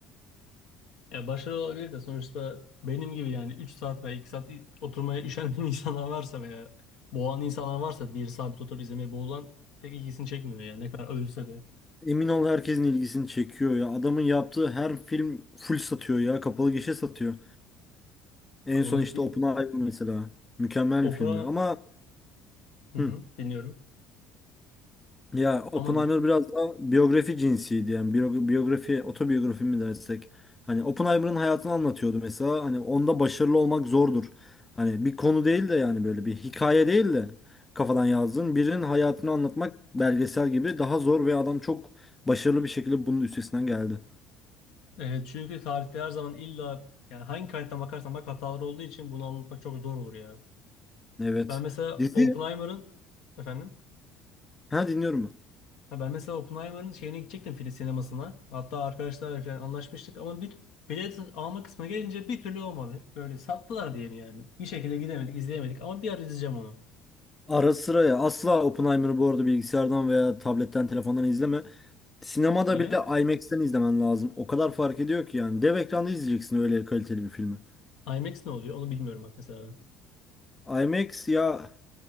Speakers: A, on the left; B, on the left.
A: Ya başarılı olabilir de sonuçta benim gibi yani 3 saat veya 2 saat i- oturmaya üşenen <laughs> insanlar varsa veya boğan insanlar varsa bir sabit oturup izlemeye boğulan pek ilgisini çekmiyor yani ne kadar övülse de.
B: Emin ol herkesin ilgisini çekiyor ya. Adamın yaptığı her film full satıyor ya. Kapalı gişe satıyor. En
A: Ya onu
B: son işte
A: benim
B: Oppenheimer mesela. Mükemmel
A: opera
B: bir filmdi ama
A: Hı
B: hı.
A: hı, dinliyorum.
B: Ya Oppenheimer
A: Ama
B: biraz daha biyografi cinsiydi yani biyo- biyografi otobiyografi mi dersek hani Oppenheimer'ın hayatını anlatıyordu mesela hani onda başarılı olmak zordur. Hani bir konu değil de yani böyle bir hikaye değil de kafadan yazdığın birinin hayatını anlatmak belgesel gibi daha zor ve adam çok başarılı bir şekilde bunun üstesinden geldi.
A: e, çünkü tarihte her zaman illa yani hangi kaynaktan bakarsan bak hatalar olduğu için bunu anlatmak çok zor olur ya.
B: Evet.
A: Ben mesela
B: Dizi
A: Oppenheimer'ın efendim
B: ha dinliyorum ben.
A: ha, ben mesela Oppenheimer'ın şeyine gidecektim film sinemasına. Hatta arkadaşlarla falan anlaşmıştık ama bir bilet alma kısmına gelince bir türlü olmadı. Böyle sattılar diye mi yani? Bir şekilde gidemedik, izleyemedik ama bir ara izleyeceğim onu.
B: Ara sıra ya asla Oppenheimer'ı bu arada bilgisayardan veya tabletten telefondan izleme. Sinemada
A: Niye?
B: bile IMAX'ten izlemen lazım. O kadar fark ediyor ki yani. Dev ekranda izleyeceksin öyle kaliteli bir filmi.
A: IMAX ne oluyor? Onu bilmiyorum bak mesela ben.
B: IMAX ya